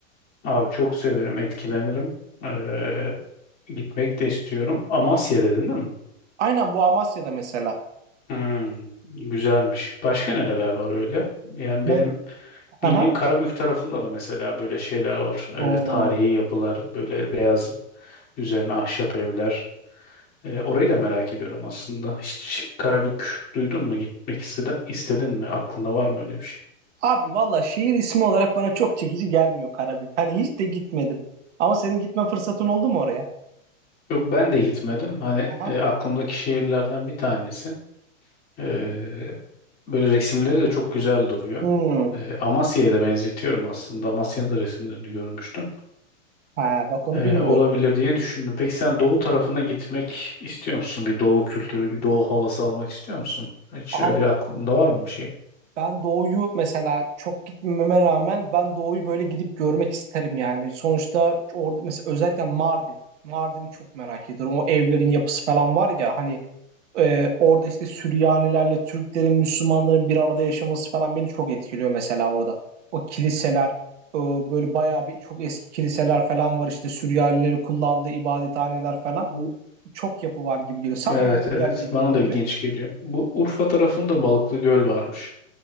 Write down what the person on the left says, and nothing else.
Abi çok severim, etkilenirim. Ee, gitmek de istiyorum. Amasya dedin değil mi?
Hmm, güzelmiş. Başka nereler var öyle? Yani
benim
bildiğim Karabük tarafında da mesela böyle şeyler var. Ee,
tarihi yapılar, böyle beyaz üzerine ahşap evler. Ee, orayı da merak ediyorum aslında. Hiç Karabük duydun mu? Gitmek istedi, istedin mi? Aklında var mı öyle bir şey?
Yok ben de gitmedim. Hani
e, aklımdaki şehirlerden bir tanesi. Ee, böyle resimleri de çok güzel duruyor.
Ee, Amasya'ya da benzetiyorum aslında. Amasya'nın da resimlerini görmüştüm.
e,
olabilir diye düşündüm. Peki sen doğu tarafına gitmek istiyor musun? Bir doğu kültürü, bir doğu havası almak istiyor musun? Hiç
öyle aklında var mı bir şey?
Bu
evet
evet
bana da ilginç
geliyor. Bu Urfa tarafında Balıklı Göl varmış.